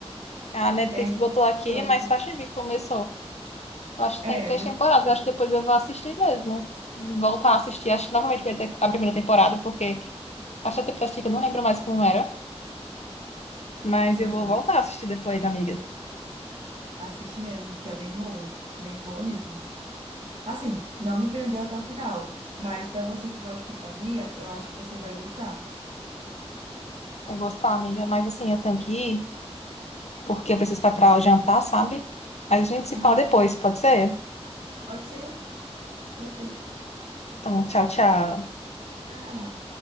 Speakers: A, on the left (about 80°); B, on the right (about 80°).
A: A Netflix
B: É,
A: botou aqui,
B: 18.
A: mas faz tempo que começou. Eu acho que
B: É,
A: tem três
B: 2018.
A: temporadas. Eu acho que depois eu vou assistir mesmo. Voltar a assistir. Acho que novamente vai ter a primeira temporada, porque acho que a temporada que eu não lembro mais como era. Mas eu
B: Aham.
A: vou voltar a assistir depois, amiga.
B: Assiste mesmo, porque é bem boa. Bem boa mesmo. Assim, não me prendeu até o final, mas pra você que gosta de fantasia, eu acho que você vai gostar.
A: Eu vou estar, amiga, mas assim, eu tenho que ir, porque eu preciso preparar o jantar, sabe? Mas a gente se
B: Aham.
A: fala depois, pode ser?
B: Pode ser. Perfeito.
A: Então, tchau, tchau.
B: Ah,